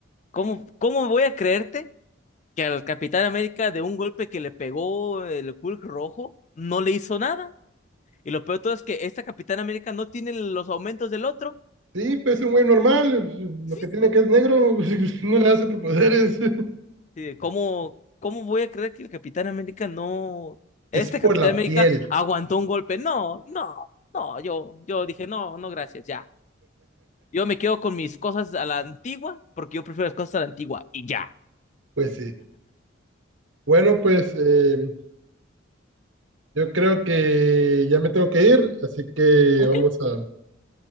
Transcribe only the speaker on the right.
sí, pues es un güey normal,
lo que tiene que es negro, <laughs> no le da superpoderes. <laughs>
Es por
la
piel,
pues sí. Bueno, pues eh, yo creo que ya me tengo que ir, así que
vamos a,